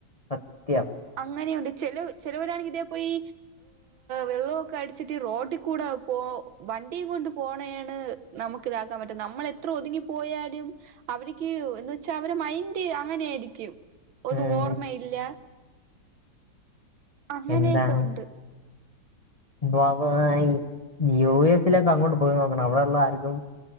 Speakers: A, on the left; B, on the right.
A: സത്യം.
B: അങ്ങനെയുണ്ട് ചെലവ് ചെലവരാണെങ്കി ഇതേ പോ ഈ വെള്ളൊക്കെ അടിച്ചിട്ട് റോട്ടി കൂടെ പോ വണ്ടിയും കൊണ്ട് പോണേണ് നമുക്കിതാക്കാൻ പറ്റു നമ്മളെത്ര ഒതുങ്ങിപ്പോയാലും അവര്ക്കി എന്ന് വെച്ചാ അവരെ മൈൻഡ് അങ്ങനെയായിരിക്കും ഒന്നും
A: ഉം
B: ഓർമയില്ല. അങ്ങനെയൊക്കുണ്ട്.
A: എന്താണ് <unintelligible> യു എസ്സിലൊക്കെ അങ്ങോട്ട് പോയി നോക്കണം അവിടുള്ള ആർക്കും